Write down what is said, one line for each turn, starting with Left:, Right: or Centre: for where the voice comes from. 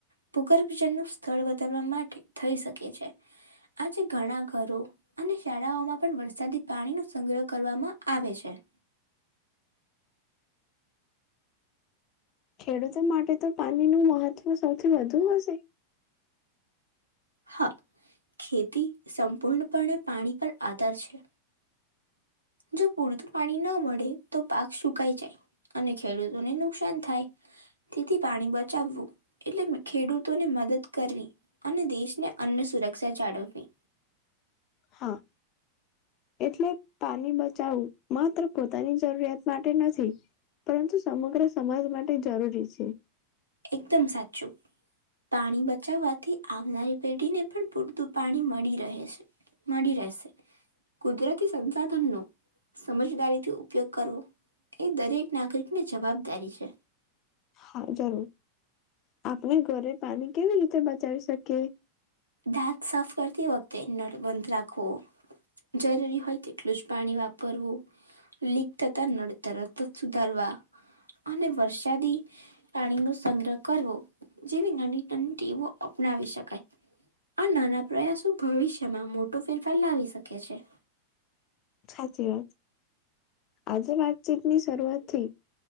Right: ભૂગર્ભ જળનું સ્થળ વધારવા માટે થઈ શકે છે. આજે ઘણા ઘરો અને શાળાઓમાં પણ વરસાદી પાણીનો સંગ્રહ કરવામાં આવે છે.
Left: ખેડૂતો માટે તો પાણીનું મહત્વ સૌથી વધુ હશે.
Right: હા ખેતી સંપૂર્ણપણે પાણી પર આધાર છે. જો પૂરતું પાણી ન મળે તો પાક સુકાઈ જાય. અને ખેડૂતોને નુકસાન થાય તેથી પાણી બચાવવું એટલે ખેડૂતોને મદદ કરવી અને દેશને અન્ન સુરક્ષા જાળવવી
Left: હા. એટલે પાણી બચાવું માત્ર પોતાની જરૂરિયાત માટે નથી પરંતુ સમગ્ર સમાજ માટે જરૂરી છે.
Right: એકદમ સાચું પાણી બચાવવાથી આવનારી પેઢીને પણ પૂરતું પાણી મળી રહે છે. મળી રહશે. કુદરતી સંસાધન નુ સમજદારીથી ઉપયોગ કરવું એ દરેક નાગરિકને જવાબદારી છે.
Left: હા જરૂર આપણે ઘરે પાણી કેવી રીતે બચાવી શકીએ.
Right: દાંત સાફ કરતી વખતે નળ બંધ રાખો જરૂરી હોય તેટલું જ પાણી વાપરવું. લીક થતા નળ તરત સુધારવા અને વરસાદી પાણીનો સંગ્રહ કરવો જેવી નાની નાની ટેવો અપનાવી શકાય. આ નાના પ્રયાસો ભવિષ્યમાં મોટો ફેરફાર લાવી શકે છે.
Left: સાચી વાત આજે વાતચીતની શરૂઆત થી